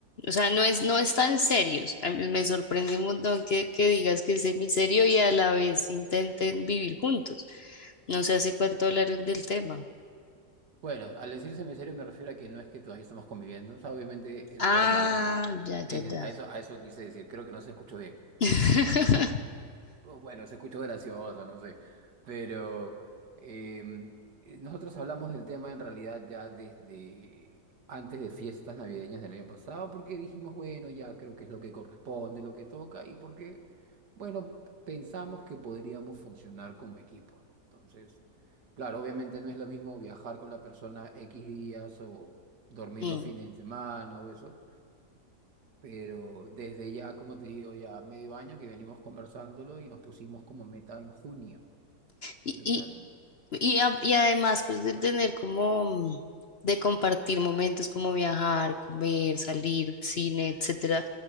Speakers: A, on the left; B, on the right.
A: o sea, no es, no es tan serios. A mí me sorprende un montón que, que digas que es semiserio y a la vez intenten vivir juntos. No sé hace cuánto hablaron del tema.
B: Bueno, al decir serio me refiero a que no es que todavía estamos conviviendo, o sea, obviamente es
A: Ah,
B: formal.
A: ya,
B: Sí,
A: ya,
B: sí,
A: ya.
B: a eso, a eso quise decir, creo que no se escuchó bien.
A: <laughs>
B: Oh, Bueno, se escuchó gracioso, no sé, pero em, eh, nosotros hablamos del tema en realidad ya desde antes de fiestas navideñas del año pasado, porque dijimos, bueno, ya creo que es lo que corresponde, lo que toca, y porque, bueno, pensamos que podríamos funcionar como equipo, ¿no? Entonces, claro, obviamente no es lo mismo viajar con la persona X días o dormir
A: Mm.
B: los fines de semana o eso pero desde ya, como te digo, ya medio año que venimos conversándolo y nos pusimos como meta en junio.
A: Y,
B: Pero
A: y,
B: sabes?
A: y, a- y además, pues de tener como, mm, de compartir momentos como viajar, comer, salir, cine, etcétera.